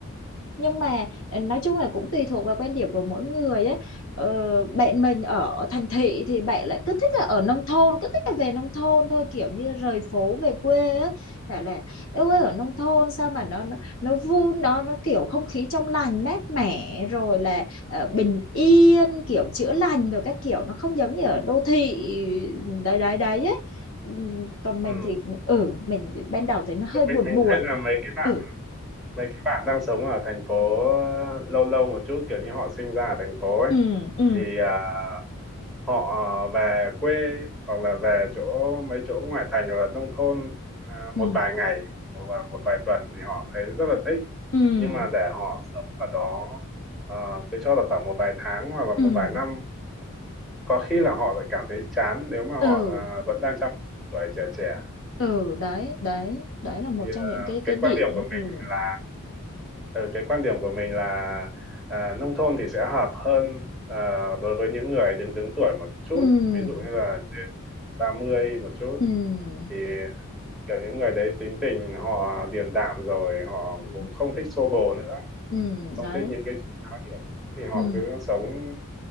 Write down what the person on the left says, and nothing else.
nhưng mà ờ, nói chung là cũng tùy thuộc vào quan điểm của mỗi người ấy ờ, bạn mình ở thành thị thì bạn lại cứ thích là ở nông thôn cứ thích là về nông thôn thôi kiểu như rời phố về quê ấy bảo là yêu ơi ở nông thôn sao mà nó nó nó vun nó nó kiểu không khí trong lành mát mẻ rồi là ờ, bình yên kiểu chữa lành rồi các kiểu nó không giống như ở đô thị đấy đấy đấy ấy Ừ, còn
mình thì ừ mình ban đầu thấy nó hơi buồn
buồn
ấy.
Ừ.
ừ ừ
ừ
ừ
ừ
ừ
ừ đấy đấy đấy là một
trong
những cái
cái điểm
ừ
ừ
ừ
ừ
ừ
đấy
ừ